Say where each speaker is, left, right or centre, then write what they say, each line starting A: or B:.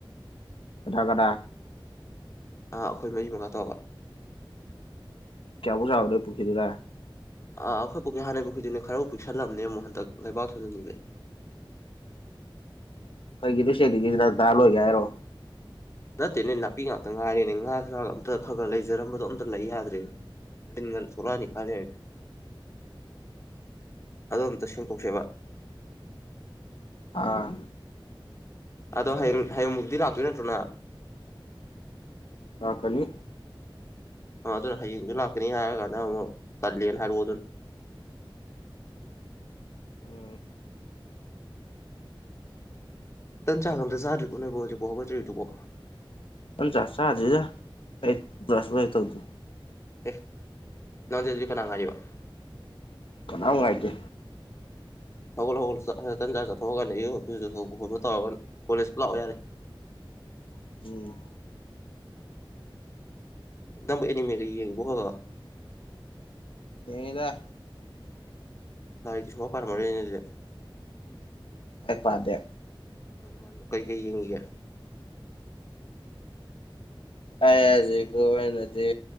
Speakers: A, on the left (about 80°); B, on the left (about 30°).
A: ꯀꯗꯥ ꯀꯗꯥ
B: ꯑꯥ ꯑꯩꯈꯣꯏ ꯃꯔꯤ ꯃꯉꯥ ꯇꯧꯒ
A: ꯆꯕꯨ ꯁꯥꯗꯣꯏ ꯄꯨꯈꯤꯗꯨꯅ
B: ꯑꯥ ꯑꯩꯈꯣꯏ ꯄꯣꯛꯀꯩ ꯍꯥꯟ ꯂꯩꯩꯕꯨꯈꯗꯤꯅꯦ ꯈꯔꯐꯥꯎ ꯄꯤꯛꯁꯜꯂꯝꯕꯅꯦ ꯑꯃꯨꯛ ꯍꯟꯗꯛ ꯂꯩꯕꯥꯛ ꯊꯖꯅꯤꯡꯁꯦ <inaudible>
A: ꯀꯩꯒꯤꯗꯨꯁꯦꯗꯤꯒꯤꯂꯣꯏꯒꯦ ꯍꯥꯏꯔꯣ
B: ꯅꯠꯇꯦꯅꯦ ꯅꯥꯄꯤ ꯉꯥꯛꯇ ꯉꯥꯏꯔꯦꯅꯦ ꯉꯥ ꯉ ꯑꯝꯇ ꯈꯔ ꯈꯔ ꯂꯩꯖꯔꯝꯕꯗꯣ ꯑꯝꯇ ꯂꯩ ꯌꯥꯗ꯭ꯔꯦꯅꯦ ꯂꯩꯗ ꯁꯨꯔꯥꯅꯤ ꯀꯔ ꯑꯗꯣ ꯑꯝꯇ ꯁꯦꯡꯇꯣꯛꯆꯦꯕ
A: ꯑꯥ
B: ꯑꯗꯣ ꯍꯌꯦꯡ ꯍꯌꯦꯡꯃꯨꯛꯇꯤ ꯂꯥꯛꯇꯣꯏ ꯅꯠꯇ꯭ꯔꯣꯅ
A: ꯀꯀꯅꯤ
B: ꯑ ꯑꯗꯨꯅ ꯍꯌꯦꯡꯁꯨ ꯂꯥꯛꯀꯅꯤ ꯍꯥꯏꯔ ꯀꯥꯟꯗ ꯑꯃꯨꯛ ꯀꯜꯂꯦꯅ ꯍꯥꯏꯔꯛꯑꯣ ꯑꯗꯨꯝ <inaudible>
A: ꯎꯝ
B: ꯇꯟ ꯆꯥ ꯑꯝꯇ ꯆꯥꯗ꯭ꯔꯤꯔꯤꯕꯣ ꯅ ꯄꯣ ꯍꯧꯖꯤꯄꯣꯈꯣꯏ꯭ꯔꯤꯕꯣ
A: ꯑ ꯆ ꯆꯥꯗꯗ ꯑꯩ ꯕ꯭ꯔꯁ ꯭ꯔꯁ ꯇꯧꯗ
B: ꯑꯦ ꯅꯣꯟꯇꯦꯗꯤ ꯀꯅꯥ ꯉꯥꯏꯔꯤꯕ
A: ꯑ ꯍꯥꯏꯥꯏꯗꯦ
B: ꯁꯒꯠ ꯍꯧꯒꯠꯂ ꯇꯟꯖꯥ ꯆꯠꯊꯣꯛꯑꯀꯥꯟꯗ ꯇꯧꯔꯒ ꯀꯣꯂꯦꯖꯨ ꯂꯥꯛꯑꯣ ꯌꯥꯔꯦ <inaudible> <unintelligible>
A: ꯎꯝ
B: ꯗ ꯑꯦꯅꯤꯃꯤ ꯣ ꯑ
A: ꯀꯗ
B: ꯂꯗꯤ ꯁꯕ ꯄꯃꯣꯔ ꯀꯩꯅꯗ
A: ꯐꯗꯦ
B: ꯎ ꯃꯥꯅ ꯀꯩ ꯀꯩ ꯌꯦꯡꯒ
A: ꯑꯩ ꯍꯧꯖꯤ ꯑꯣꯏꯅꯗꯤ